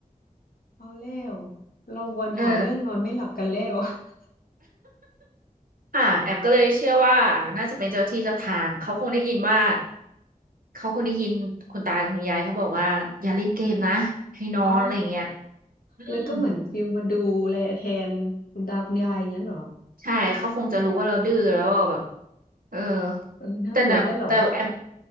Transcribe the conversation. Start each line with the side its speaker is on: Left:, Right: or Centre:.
Left: เอาแล้วเราวนหาเรื่องนอนไม่หลับกันแล้ว
Right: เออ
Left: <laughs>
Right: ค่ะแอมก็เลยเชื่อว่าอ่าน่าจะเป็นเจ้าที่เจ้าทางเขาคงได้ยินว่าเขาคงได้ยินคุณตาคุณยายเขาบอกว่าอย่าเล่นเกมนะให้นอนอะไรอย่างเงี้ย
Left: อ๋อ
Right: อืม
Left: แล้วก็เหมือนฟิลมาดูแลแทนคุณตาคุณยายอย่างเงี้ยเหรอ
Right: ใช่เขาคงจะรู้ว่าเราดื้อแล้วแบบ
Left: โอ้
Right: เออ
Left: เออน่ากลัวแท้เหรอ
Right: แต่นะแต่แอม